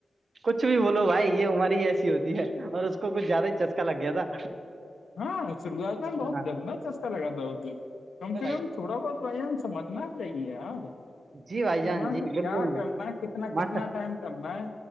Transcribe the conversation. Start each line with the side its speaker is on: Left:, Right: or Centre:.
Right: کچھ بھی بولو بھائی یہ عمر ہی ایسی ہوتی ہے اور اس کو کچھ زیادہ ہی چسکا لگ گیا تھا
Left: ہاں سرگ بہت
Right: ہاں
Left: گندہ چستا لگا د
Right: ارے
Left: کم سے
Right: بھائی
Left: کم تھوڑا بہت بھائی ہم سمجھنا چاہیے یار
Right: جی بھائی
Left: کہ
Right: جان
Left: ہاں
Right: جی
Left: کہ کیا
Right: بالکل
Left: کرنا ہے کتنا
Right: ماشا
Left: کتنا ٹائم کرنا ہے